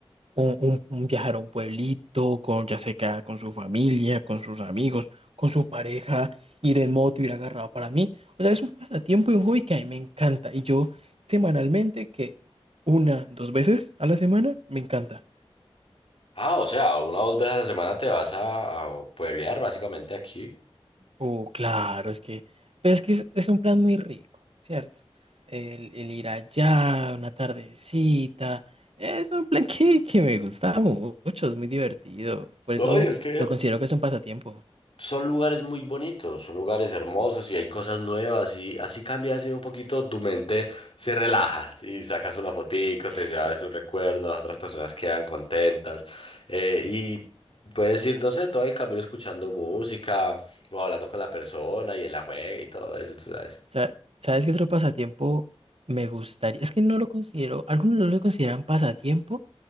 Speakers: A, on the right (about 70°); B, on the left (about 60°).
A: un, un- un viajar a un pueblito, con, ya sea que con su familia, con sus amigos, con su pareja, ir en moto, ir agarrado para mí. O sea, es un pasatiempo y un hobby que a mí me encanta. Y yo semanalmente, que una, dos veces a la semana, me encanta.
B: Ah, o sea, una o dos veces a la semana te vas a, a pueblear básicamente aquí.
A: Oh, claro, es que, pero es que es, es un plan muy rico, ¿cierto? El, el ir allá, una tardecita, es un plan que, que me gusta mucho, es muy divertido. Por
B: No,
A: eso
B: y es que
A: lo considero que es un pasatiempo.
B: son lugares muy bonitos, son lugares hermosos y hay cosas nuevas y así cambias así un poquito tu mente, se relaja y sacas una fotico,
A: Sí.
B: te llevas un recuerdo, las otras personas quedan contentas eh, y puedes ir, no sé, todo el camino escuchando música o hablando con la persona y en la juega y todo eso, tú sabes.
A: Sa- ¿Sabes qué otro pasatiempo me gustaría? Es que no lo considero, algunos no lo consideran pasatiempo,